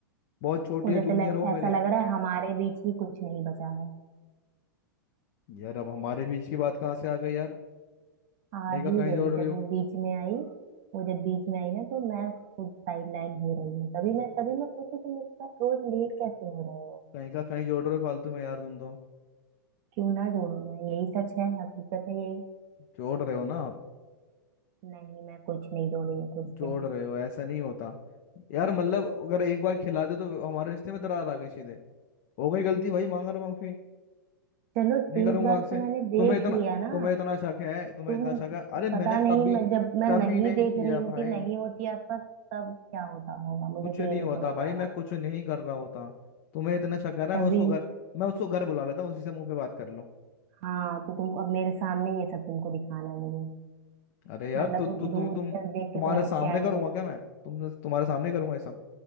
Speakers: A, on the left (about 40°); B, on the right (about 40°).
A: बहुत छोटी
B: मुझे
A: है जूनियर
B: तो लग,
A: हो मेरी
B: ऐसा लग रहा है हमारे बीच ही कुछ नहीं बचा है
A: यार अब हमारे बीच की बात कहाँ से आ गई यार
B: आ
A: कहीं का
B: ही
A: कहीं
B: गई
A: जोड़ रहे
B: जब
A: हो
B: वो बीच में आई वो जब बीच में आई ना तो मैं खुद साइडलाइन हो रही हूँ तभी मैं तभी मैं सोचू तुम मेरे साथ रोज लेट कैसे हो रहे हो
A: कहीं का कहीं जोड़ रहे हो फालतू में यार तुम तो
B: क्यों ना जोड़ू मैं यही सच है हकीकत है यही
A: जोड़ रहे हो ना आप
B: नहीं मैं कुछ नहीं जोड़ी हूँ खुद
A: जोड़
B: से
A: रहे हो ऐसा नहीं होता यार मतलब अगर एक बार खिला दो तो हमारे रिश्ते में दरार आ गई सीधे हो गई गलती भाई मांग रहा माफी
B: चलो
A: नहीं
B: एक
A: करूंगा
B: बार
A: आपसे
B: तो मैंने
A: तुम्हें
B: देख
A: इतना
B: लिया ना
A: तुम्हें इतना शक है तुम्हें
B: तुम
A: इतना शक है अरे मैंने
B: पता नहीं
A: कभी
B: मैं जब मैं
A: कभी
B: नहीं
A: नहीं
B: देख
A: किया
B: रही होती
A: भाई
B: नहीं होती आसपास तब क्या होता होगा मुझे
A: कुछ
B: तो
A: नहीं
B: ये नहीं
A: होता
B: समझ
A: भाई
B: में आ
A: मैं
B: रहा
A: कुछ नहीं कर रहा होता तुम्हें इतना शक है ना
B: तभी
A: मैं उसको घर मैं उसको घर बुला लेता हूँ उसी से मुंह पे बात कर लो
B: हाँ तो तुमको अब मेरे सामने ये सब तुमको दिखाना है मुझे
A: अरे यार
B: मतलब
A: तो तु,
B: वो
A: तु, तुम
B: दूर
A: तुम
B: से देख
A: तुम्हारे
B: के तुमको
A: सामने
B: चैन
A: करूंगा
B: नहीं
A: क्या मैं तुम तुम्हारे सामने करूंगा ये सब